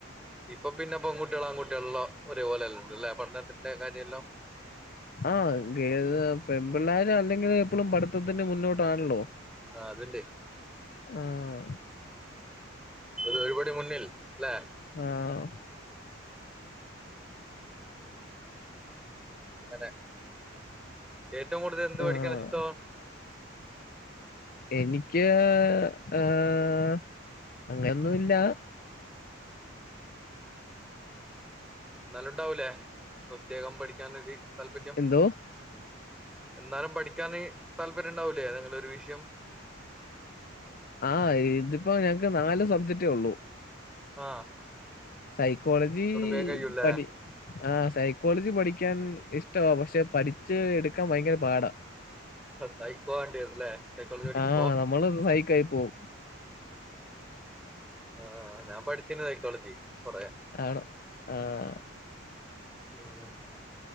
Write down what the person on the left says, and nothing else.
ആഹ ഗേ പെൺപിള്ളാര് അല്ലെങ്കിലു എപ്പളും പഠത്തത്തിന് മുന്നോട്ട് ട്ടാണല്ലോ
ആഹ്
ആഹ്.
ആഹ്
എനിക്ക് ആഹ് അങ്ങനൊന്നുല്ലാ.
എന്തോ?
ആഹ്. ഇതിപ്പോ ഞങ്ങക്ക് നാല് സബ്ജക്ടെ ഉള്ളൂ.
സൈക്കോളജീ
പഠി ആഹ് സൈക്കോളജി പഠിക്കാൻ ഇഷ്ടവാ. പക്ഷെ പഠിച്ച് എടുക്കാൻ ഭയങ്കര പാടാ.
ആഹ് നമ്മള് സൈക്കായി പോവും.
ആണോ ആഹ്.